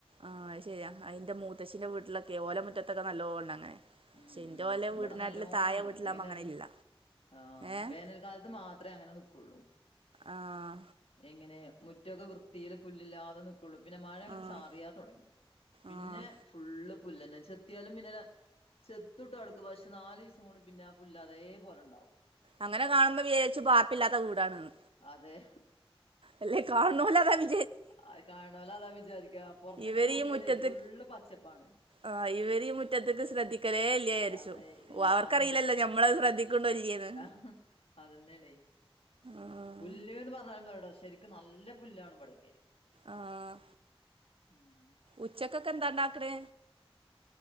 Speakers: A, on the right; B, on the left.
A: ആഹ് ശരിയാ അയിന്റെ മൂത്തശിന്റെ വീട്ടിലൊക്കെ ഓല മുറ്റത്തൊക്കെ നല്ലോണ്ണ് അങ്ങനെ.
B: ഉം
A: ക്ഷെ ഇന്റെ
B: ഉം
A: പോലെ
B: ഇവിടെ
A: വീട് നാട്ടില്
B: നല്ലോണം
A: തായെ
B: ഉണ്ട്
A: വീട്ടിലാവുമ്പാ
B: എങ്ങനെ
A: അങ്ങനെ
B: അറിയോ
A: ഇല്ല.
B: ആഹ്
A: ഏഹ്
B: വേനൽക്കാലത്ത് മാത്രമേ അങ്ങനെ നിക്കോള്ളു.
A: ആഹ്.
B: എങ്ങനെ മുറ്റൊക്കെ വൃത്തീല് പുല്ലില്ലാതെ നി ക്കുള്ളു പിന്നെ മഴങ്ങ്
A: ആഹ്
B: ചാറിയാ തുടങ്ങി പിന്നെ
A: ആഹ്
B: ഫുള്ള് പുല്ലന്നേ ചെ ത്തിയാലും പിന്നെ ചെത്തുട്ടോ എടക്ക് പക്ഷെ നാലീസംകൊണ്ട് പിന്നെ ആ പുല്ല് അതേപോലെ ഉണ്ടാവും.
A: അങ്ങനെ കാണുമ്പോ വിചാരിച്ചു പാർപ്പില്ലാത്ത വീടാണ്ന്ന്.
B: അതെ
A: അല്ലേ കാണുന്നോലെ അതാവി
B: അഹ് കാണുന്നോല് അതാ വിചാരിക്കാ പൊറത്തേക്ക്
A: ഇവര്
B: നോക്കിയാലേ
A: ഈ മുറ്റത്ത്
B: ഫുള്ള് പച്ചപ്പാണ്.
A: ആഹ് ഇവര് ഈ മുറ്റത്തേക്ക് ശ്രദ്ധിക്കലേ ഇല്ല വിചാരിച്ചു.
B: അതെ ഇല്ലാന്ന്
A: ഓ അവർക്കറിയില്ലല്ലോ ഞമ്മൾ അത് ശ്രദ്ധിക്കണ്ടോ ഇല്ല്യേന്ന്.
B: ഉം അതന്നാണെ
A: ആഹ്
B: പുല്ല്ന്ന് പറഞ്ഞാലിവടെ ശെരിക്കും നല്ല പുല്ലാണിവടെ. കെ.
A: ആഹ്
B: ഉം
A: ഉച്ചക്കൊക്കെ എന്താണ്ടുക്കണ്